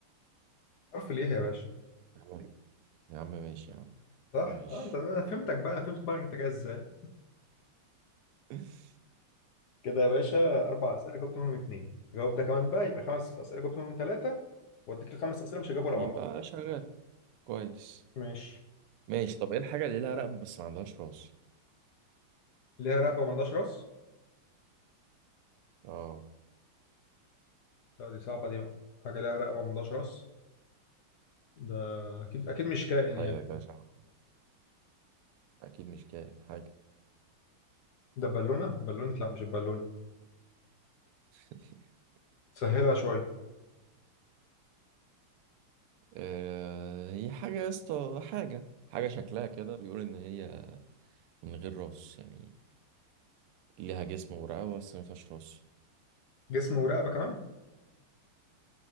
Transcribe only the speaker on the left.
حرف الياء يا باشا
صح
آه، انت انا فهمتك بقى انا فهمت دماغك انت جاي ازاي
كده يا باشا اربع اسئله جاوبت منهم اتنين جاوب ده كمان بقى يبقى خمس اسئله جاوبت منهم ثلاثه واديك الخمس اسئله مش هجاوب ولا
واحده
ماشي
ليها رقبه ملهاش راس
لا دي صعبه دي بقى حاجه ليها رقبه ملهاش راس ده اكيد اكيد مش كائن
يعني
ده بالونه بالونه لا مش البالونه
سهلها شويه
جسم ورقبه كمان